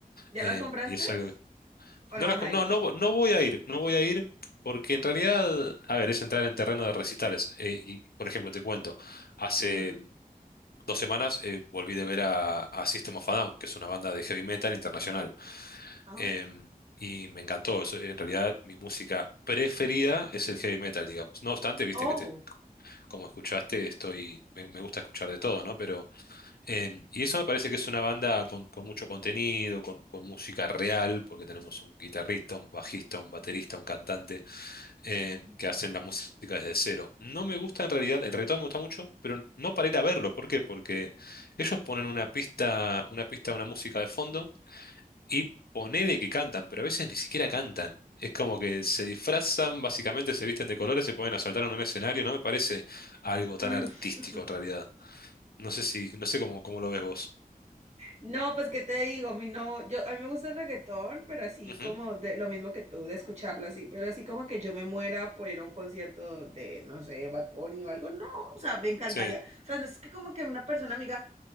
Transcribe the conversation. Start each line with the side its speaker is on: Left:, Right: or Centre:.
Right: ¿Ya
Left: Eh,
Right: las compraste?
Left: y es algo-
Right: ¿O
Left: No,
Right: no vas
Left: las-
Right: a
Left: no,
Right: ir?
Left: no, vo- no voy a ir, no voy a ir porque en realidad, a ver, es entrar en terreno de recitales. Eh, y, por ejemplo, te cuento, hace
Right: Mm.
Left: dos semanas eh, volví de ver a, a System of a Down, que es una banda de heavy metal internacional.
Right: Oh.
Left: Em, y me encantó. Eso, en realidad, mi música preferida es el heavy metal, digamos. No obstante, viste
Right: Oh.
Left: que te, como escuchaste, estoy, me, me gusta escuchar de todo, ¿no? Pero, em, y eso me parece que es una banda con, con mucho contenido, con, con música real, porque tenemos un guitarrista, un bajista, un baterista, un cantante, em,
Right: Oh.
Left: que hacen la música desde cero. No me gusta en realidad, el reggaetón me gusta mucho, pero no para ir a verlo. ¿Por qué? Porque ellos ponen una pista, una pista, una música de fondo y ponele que cantan, pero a veces ni siquiera cantan. Es como que se disfrazan, básicamente se visten de colores, se pueden asaltar en un escenario. No me parece algo tan
Right: Mm.
Left: artístico en realidad.
Right: <laughs>
Left: No sé si, no sé cómo, cómo lo ves vos.
Right: No, pues qué te digo, a mí no, yo a mí me gusta el reggaetón, pero así
Left: Ujú.
Right: como de lo mismo que tú, de escucharlo así, pero así como que yo me muera por ir a un concierto de, no sé, Bad Bunny o algo, no, o sea, me encantaría.
Left: Sí,
Right: O sea, no es que como que una persona amiga,